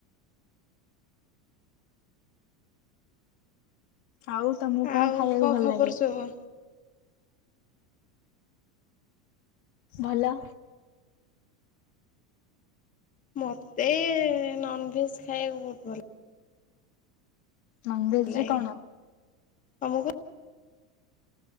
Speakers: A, on the left; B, on the left.
A: ଆଉ ତମକୁ
B: ଆଉ
A: କଣ ଖାଇବାକୁ ଭଲ
B: ଖବର
A: ଲାଗେ।
B: ସବୁ?
A: ଭଲ।
B: ମତେ ନଭେଜ୍ ଖାଇବାକୁ ବହୁତ ଭଲ
A: ନନଭେଜ
B: ଲାଏ
A: ରେ କଣ?
B: ତମକୁ?